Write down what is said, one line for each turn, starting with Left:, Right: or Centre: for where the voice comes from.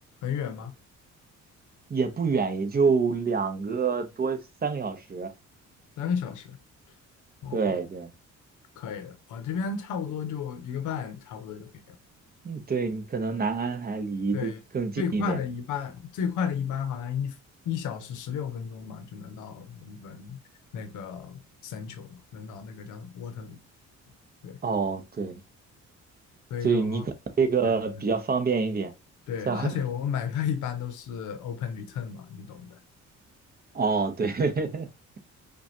Left: 很远吗？
Right: 也不远，也就两个多三个小时。
Left: 三个小时？哦，
Right: 对对，
Left: 可以的，我这边差不多就一个半，差不多就可以了。
Right: 嗯，对你可能南安还离得更近一点。
Left: 嗯对，最快的一半，最快的一班好像一一小时十六分钟嘛，就能到我们那个三球嘛，能到那个叫什么 Waterloo。对，
Right: 哦，对。
Left: 所以说，
Right: 所以你可能这个比较方便一点，
Left: 对对对对，
Right: 像
Left: 而且我们买票一般都是
Right: <laughs>
Left: open return 嘛，你懂的。
Right: 哦，对，<laughs>